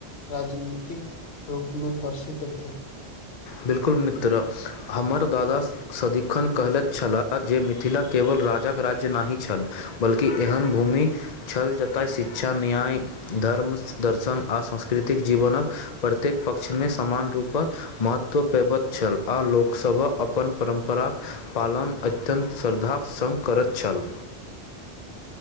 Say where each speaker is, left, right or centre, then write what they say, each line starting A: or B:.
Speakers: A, on the left; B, on the left.
A: राजनीतिक रूपमे प्रसिद्ध भेल
B: बिल्कुल मित्र हमर दादा सदिखन कहने छलाह जे मिथिला केवल राजाक राज्य नहि छल बल्कि एहन भूमि छल जतऽ शिक्षा न्याय धर्म दर्शन आर सांस्कृतिक जीवनक प्रत्येक पक्षमे समान रूपसँ महत्व पेबत छल आ लोकसभक अपन परम्पराक पालन अत्यन्त श्रद्धा सम करत चाल